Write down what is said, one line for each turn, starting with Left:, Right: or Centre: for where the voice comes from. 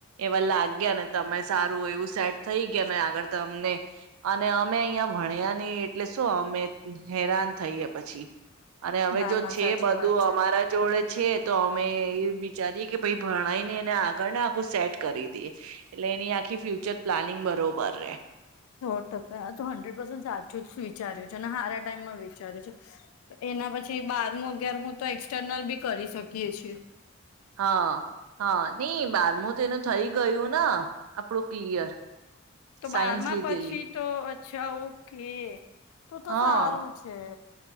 Right: એવા લાગ્યા ને તમે સારું એવું સેટ થઈ ગયા ને આગળ તમને અને અમે અહીં ભણ્યા નહી એટલે શું અમે હેરાન થઈએ પછી અને હવે
Left: ના
Right: જો
Left: ના
Right: છે
Left: સાચી
Right: બધું
Left: વાત છે.
Right: અમારા જોડે છે તો અમે એ વિચારીએ કે પ ભણાઈને એને આગળ ને આખું સેટ કરી દઈએ એટલે એની આખી્ ફ્યુચર પ્લાનિંગ બ બરોબર રે
Left: સો ટકા આ તો હંડ્રેડ પર્સન્ટ સાચું જ વિચાર્યું છે. અને સારા ટાઈમમાં વિચાર્યું છે એના પછી બારમુ અગિયારમુ તો એક્સટર્નલ બી કરી શકીએ છી
Right: હા હા નઈ બારમું તો એનું થઈ ગયું આપણું ક્લિયર
Left: તો
Right: સાયન્સ
Left: બારમાં
Right: લીધેલી
Left: પછી તો અચ્છા ઓકે તો તો
Right: હા
Left: સારું છે.